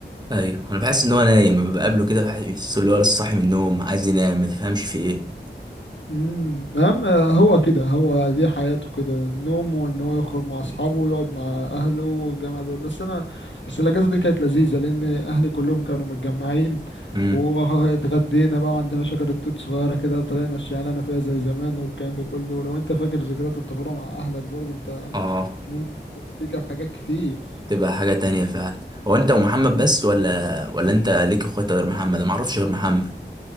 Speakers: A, on the right; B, on the left.
A: ايوه انا بحس ان هو نايم لما بقابله كده بحس ان هو لسه صاحي من النوم عايز ينام ما تفهمش في ايه
B: امم اهم هو كده هو دي حياته كده النوم وان هو يخرج مع اصحابه ويقعد مع اهله والجامعه دول بس انا بس الاجازه دي كانت لذيذه لان اهلي كلهم كانوا متجمعين
A: امم
B: واتغدينا بقى وعندنا شجره توت صغيره كده طلعنا الشعلانه فيها زي زمان والكلام ده كله ولو انت فاكر ذكريات الطفوله مع اهلك برضه انت
A: اه
B: ممكن تفتكر حاجات كتير
A: تبقى حاجة تانية فعلا هو انت ومحمد
B: امم
A: بس ولا ولا انت ليك اخوات غير محمد انا معرفش غير محمد